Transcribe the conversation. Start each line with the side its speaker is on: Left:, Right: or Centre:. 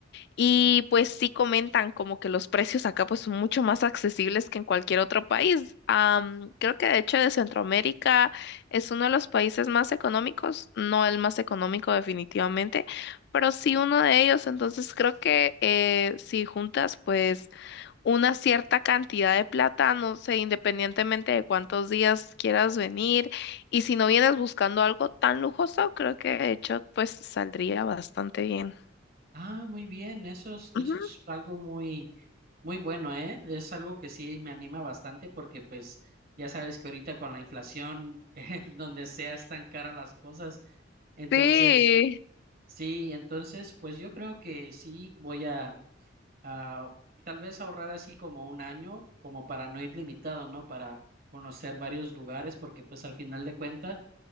Left: Y pues sí comentan como que los precios acá pues son mucho más accesibles que en cualquier otro país. Am, creo que de hecho de Centroamérica es uno de los países más económicos, no el más económico definitivamente, pero sí uno de ellos. Entonces creo que eh, si juntas pues una cierta cantidad de plata, no sé, independientemente de cuántos días quieras venir, y si no vienes buscando algo tan lujoso, creo que de hecho pues saldría bastante bien.
Right: Ah, muy bien, eso es,
Left: Ujú.
Right: eso es algo muy, muy bueno, ¿eh? Es algo que sí me anima bastante porque pues ya sabes que ahorita con la inflación, <laughs> eh, donde seas tan cara las cosas, entonces,
Left: Sí.
Right: sí, entonces, pues yo creo que sí voy a... ah, tal vez ahorrar así como un año, como para no ir limitado, ¿no? Para conocer varios lugares, porque pues al final de cuentas